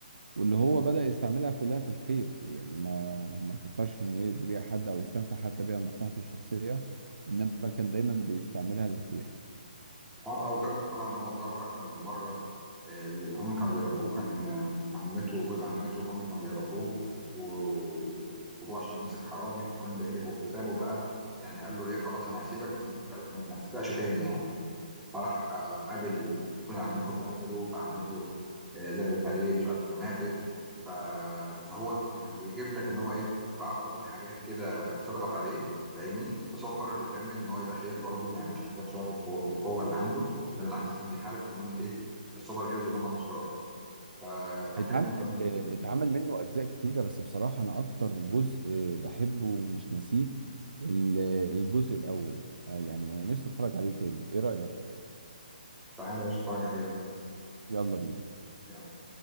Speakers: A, on the right; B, in the centre.
A: واللي هو بدأ يستعملها كلها في الخير يعني ما ما فكرش إنه يأذي بيها حد أو يستنفع حتى بيها مصلحته الشخصية إنما كان دايما بيستعملها للخير
B: اه اه وجاب لك طبعا ان هو اتضرر اكتر من مره آه، اللي هم كانوا بيربوه كان آه، عمته وجوز عمته هم كانوا بيربوه و- و- وهو عشان مسك حرامي فالحرامي ده هرب وسابه بقى يعني قال له ايه خلاص انا هسيبك بس ما تسرقش ما تسرقش تاني يعني فراح آه، قابل جوز عمته فقتله فعمته آه، زعلت عليه مش عارف- فماتت ف... فهو ت- يعني بيجيب لك ان هو ايه اتعرض لحاجات كده بتضغط عليه فاهمني بس هو قرر يكمل ان هو يبقى خير برضه ما يعملش حاجات شر بقوة- بالقوه اللي عنده ده بالعكس كان بيحارب كمان الايه السوبر هيروز اللي هم الاشرار فكان
A: اتعملت
B: فيلم متميز
A: اتعمل
B: جدا
A: منه اجزاء كتيره بس بصراحه انا اكتر جزء آه، بحبه ومش ناسيه ال- الجزء الاول آه، يعني انا نفسي اتفرج عليه تاني ايه رايك
B: تعالى يا باشا اتفرج عليه يلا
A: يلا بينا
B: يلا.